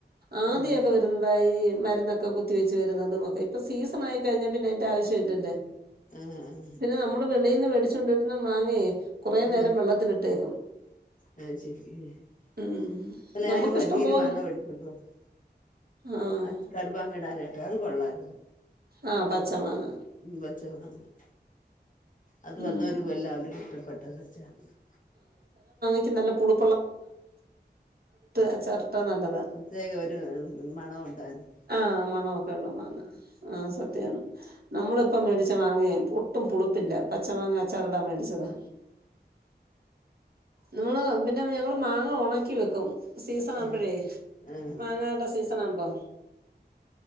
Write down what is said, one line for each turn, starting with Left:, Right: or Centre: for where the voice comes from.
Right: ആദ്യൊക്കെ
Left: ആ
Right: വരുന്നതായി ഈ മരുന്നൊക്കെ കു കത്തി വെച്ച് വരുന്നതും ഒക്കെ ഇപ്പ സീസൺ ആയി കഴിഞ്ഞാ പിന്നെ അയിന്റെ ആവശ്യം ഇല്ല ല്ലേ.
Left: ആഹ് ആഹ്
Right: പിന്നെ നമ്മള് വെളയിൽന്ന് മേടിച്ചോണ്ടോരുന്ന മാങ്ങയെ കുറേ
Left: എഹ്
Right: നേരം വെള്ളത്തിലിട്ടേക്കും
Left: ആഹ് ശരി ന്നെലെ
Right: ഉം നമുക്ക്
Left: യാരു വലിയൊരു
Right: ഇഷ്ടം പോലെ
Left: മാങ്ങ വേടിച്ചോണ്ടു വന്നു.
Right: ആഹ്
Left: അച് കടുമാങ്ങ ഇടാനായിട്ട് അത് കൊള്ളാര്
Right: ആഹ് പച്ച മാങ്ങ
Left: ഉം പച്ച <unintelligible> അത്
Right: ഉം
Left: വന്നവരു എല്ലാവരുക്കു ഇഷ്ട്ടപെട്ട <unintelligible>
Right: ച്ച് നല്ല പുളു അച്ചാറിട്ടാ നല്ലതാ
Left: പ്രത്യേക ഒരു മണൊ ഉണ്ടായിരുന്നു.
Right: ആഹ് മണോ പള്ള മാങ്ങ ആഹ് സത്യാണ്. നമ്മളിപ്പ മേടിച്ച വാങ്ങേ ഒട്ടും പുളിപ്പില്ല. പച്ച മാങ്ങ അച്ചാറ് ടാം മേടിച്ചതാ. നമ്മള് പിന്നെ ഞങ്ങള് മാങ്ങ ഉണക്കി വെക്കും സീസൺ ആവുമ്പോഴേ
Left: ആഹ് ആഹ്
Right: മാങ്ങാനണ്ട സീസൺ ആവുമ്പോ